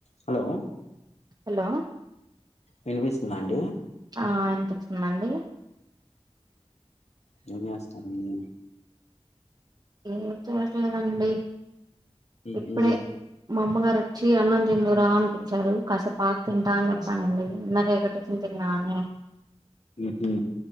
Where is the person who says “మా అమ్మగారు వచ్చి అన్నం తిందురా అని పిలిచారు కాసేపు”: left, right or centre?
Right